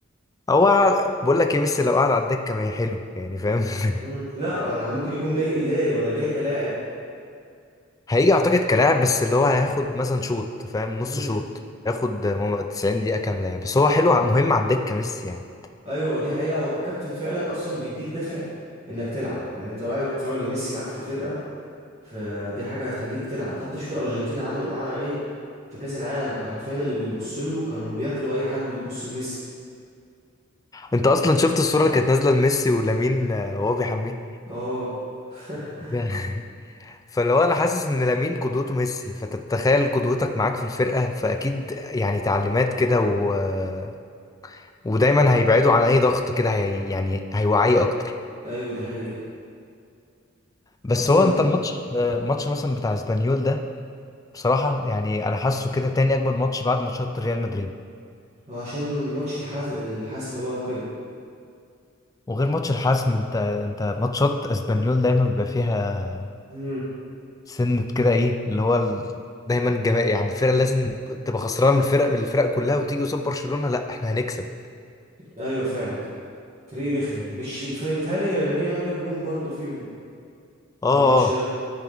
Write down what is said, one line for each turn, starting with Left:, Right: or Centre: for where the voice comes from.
Left: هو على- بقول لك ايه ميسي لو قعد على الدكه ما هي حلو يعني فاهم <laughs>
Right: امم لا يعني ممكن يكون جاي إداري ولا جاي كلاعب
Left: هيجي اعتقد كلاعب بس اللي هو هياخد مثلا شوط فاهم نص
Right: امم
Left: شوط ياخد 90 دقيقه كامله يعني. بس هو حلو ع- مهم على الدكه ميسي يعني
Right: ايوه دي حقيقة هو ككابتن فعلا اصلا بيديك دافع انك تلعب يعني انت لو قاعد بتتفرج ميسي معاك في الفرقة فدي حاجة هتخليك تلعب حتى شوف الأرجنتين عملوا معاها ايه في كأس العالم كان حرفيا اللي بيبص له كانوا بياكلوا اي حد بيبص لميسي
Left: انت اصلا شفت الصوره اللي كانت نازله لميسي ولامين آه، وهو بيحميه
Right: اه <laughs>
Left: <laughs> فلو انا حاسس ان لامين قدوته ميسي فتتخيل قدوتك معاك في الفرقه فاكيد يعني تعليمات كده و... آه، ودايما هيبعدوا عن اي ضغط كده هي... يعني هيوعيه اكتر
Right: ايوه دي حقيقة
Left: بس
Right: اصلا
Left: هو انت الماتش آه، ماتش مثلا بتاع اسبانيول ده بصراحه يعني انا حاسه كده تاني اجمد ماتش بعد ماتشات ريال مدريد
Right: عشان ماتش الحز... الحسم بقى وكده
Left: وغير ماتش الحسم انت انت ماتشات اسبانيول دايما بيبقى فيها
Right: امم
Left: سنة كده ايه اللي هو ال... دايما جماعي يعني الفرقة لازم تبقى خسرانة من الفرق من الفرق كلها وتيجي قصاد برشلونة لا احنا هنكسب
Right: ايوه فعلا فريق رخم
Left: اه
Right: مش فريق بيتهيألي لامين يامال جاب جون برضه فيهم
Left: اه
Right: في الماتش ده